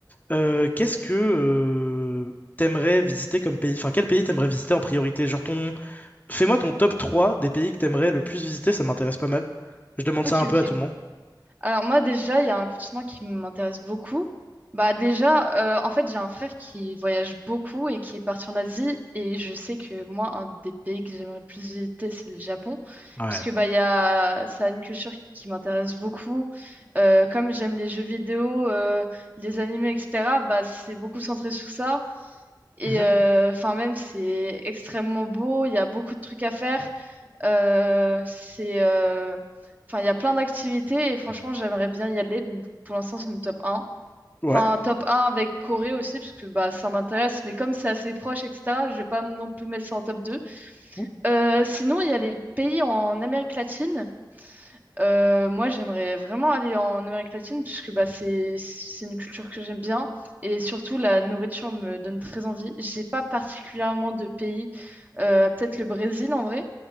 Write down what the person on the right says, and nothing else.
Ok,
ok.
Alors moi déjà, il y a un continent qui m'intéresse beaucoup. Bah déjà, euh, en fait, j'ai un frère qui voyage beaucoup et qui est parti en Asie. Et je sais que moi, un des pays que j'aimerais le plus visiter, c'est le Japon.
Parce que bah, il y a... ça a une culture qui m'intéresse beaucoup. Euh, comme j'aime les jeux vidéo, euh, les animés, etc., bah, c'est beaucoup centré sur ça. Et
euh, enfin, même, c'est extrêmement beau, il y a beaucoup de trucs à faire. Euh, c'est, euh, enfin, il y a plein d'activités et franchement, j'aimerais bien y aller. Donc, pour l'instant, c'est mon top un.
Enfin, top un avec Corée aussi, parce que bah, ça m'intéresse, mais comme c'est assez proche, etc., je vais pas non plus mettre ça en top 2.
Euh, sinon, il y a les pays en Amérique latine. Euh, moi, j'aimerais vraiment aller en Amérique latine puisque bah, c'est c'est une culture que j'aime bien et surtout la nourriture me donne très envie. J'ai pas particulièrement de pays, euh, peut-être le Brésil en vrai.